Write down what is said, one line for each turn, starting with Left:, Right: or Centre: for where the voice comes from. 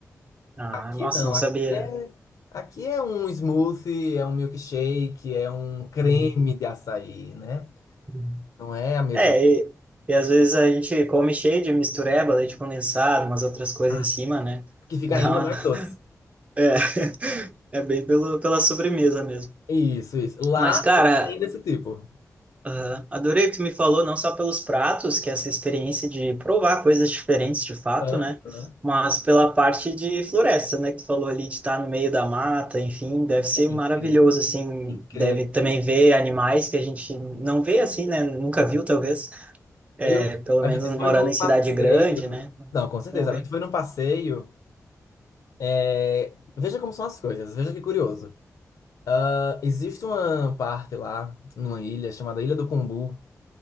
Right: Ah,
Left: Aqui
Right: nossa,
Left: não.
Right: não
Left: Aqui
Right: sabia.
Left: é, aqui é um smoothie, é um milkshake, é um creme
Right: Uhum,
Left: de açaí, né?
Right: uhum.
Left: Não é a mesma.
Right: É, e, e às vezes a gente come cheio de mistureba, leite condensado, umas outras coisas
Left: Ai,
Right: em cima, né?
Left: que fica
Right: Dá
Left: ainda
Right: uma-
Left: mais
Right: <laughs>
Left: doce.
Right: É, é bem pelo, pela sobremesa mesmo.
Left: Isso, isso. Lá
Right: Mas, cara,
Left: não tem desse tipo.
Right: ah, adorei o que tu me falou, não só pelos pratos, que é essa experiência de provar coisas diferentes de fato,
Left: Aham.
Right: né? Mas pela parte de floresta, né? Que tu falou ali de estar no meio da mata, enfim, deve ser
Left: É
Right: maravilhoso,
Left: incrível,
Right: assim.
Left: incrível.
Right: Deve também ver animais que a gente não vê assim, né? Nunca viu, talvez. É,
Left: Eu,
Right: pelo
Left: a
Right: menos
Left: gente foi
Right: morando
Left: num
Right: em cidade
Left: passeio.
Right: grande, né?
Left: Não, com certeza.
Right: Vamos ver.
Left: A gente foi num passeio. é, Veja como são as coisas. Veja que curioso. Ah, existe uma parte lá, numa ilha chamada Ilha do Cumbu,